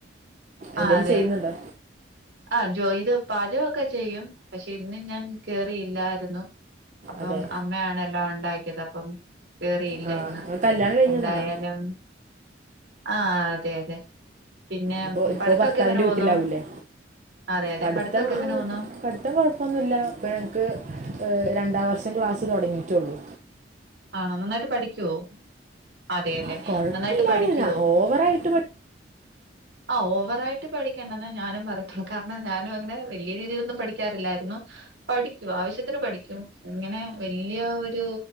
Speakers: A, on the right; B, on the right.
A: എന്തെങ്കിലും
B: ആ അതെ
A: ചെയ്യുന്നുണ്ടോ
B: ആഹ ജോയ്ത് പാചകൊക്കെ ചെയ്യും പക്ഷെ ഇന്ന് ഞാൻ കേറിയില്ലായിരുന്നു അപ്പം
A: അതെ
B: അമ്മയാണ ല്ലാം ഉണ്ടാക്കിയത് അപ്പം കേറിയില്ല
A: ആ
B: ഇന്ന്
A: നിങ്ങൾ കല്യാണം കഴിഞ്ഞതാണോ
B: എന്തായാലും ആഹ അതെ അതെ പിന്നെ
A: ഇപ്പോൾ ഇപ്പോൾ
B: പഠിത്തൊക്കെ
A: ഭർത്താവിൻ്റെ
B: എങ്ങനെ പോവുന്നു
A: വീട്ടിലാവൂലേ
B: അതെ അതെ
A: പഠിത്തം
B: പഠിത്തൊക്കെ എങ്ങനെ
A: ഉം,
B: പോവുന്നു
A: പഠിത്തം കുഴപ്പൊന്നുല്ല ഇപ്പ ഞങ്ങക്ക് രണ്ടാം വർഷം ക്ലാസ്സ് തുടങ്ങിയിട്ടുള്ളു
B: ആണോ നന്നായിട്ട് പഠിക്കുവോ അതെല്ലെ
A: ആ കുഴപ്പമില്ലാതെ
B: നന്നായിട്ട് പഠിക്കുവോ
A: ഞാൻ ഓവറായിട്ട്
B: ആ ഓവറായിട്ട് പഠിക്കണ്ടന്നേ ഞാനും പറയത്തുള്ളൂ കാരണം ഞാനും അങ്ങനെ വലിയ രീതീലൊന്നും പഠിക്കാറില്ലായിരുന്നു പഠിക്കും ആവശ്യത്തിന് പഠിക്കും ഇങ്ങനെ വല്ല്യ ഒരു